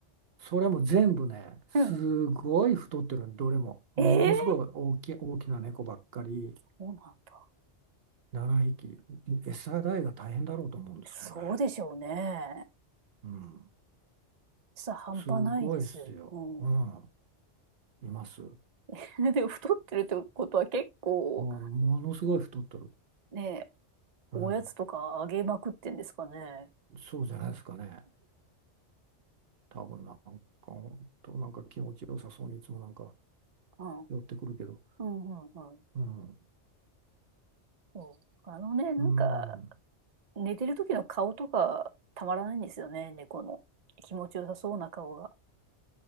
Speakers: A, on the right (about 60°); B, on the right (about 45°).
A: それも全部ね、
B: うん
A: すごい太ってるのどれも。ものすごい大きい、
B: ええ
A: 大きな猫ばっかり、
B: そうなんだ。
A: 7匹。餌代が大変だろうと思うんですけどね。
B: そうでしょうね。
A: うん。
B: さ、半端ないですよ。
A: すごいっすよ。
B: うん。
A: うん。います。
B: <laughs> でも、太ってるってことは結構、
A: もう、ものすごい太ってる。
B: ね、
A: うん。
B: おやつとかあげまくってんですかね。
A: そうじゃないですかね。多分なんか、本当なんか気持ちよさそうにいつもなんか
B: うん。
A: 寄ってくるけど。
B: うん、うん、うん。
A: うん。
B: うんあのね、なんか、
A: うん。
B: 寝てる時の顔とかたまらないんですよね、猫の。気持ちよさそうな顔が。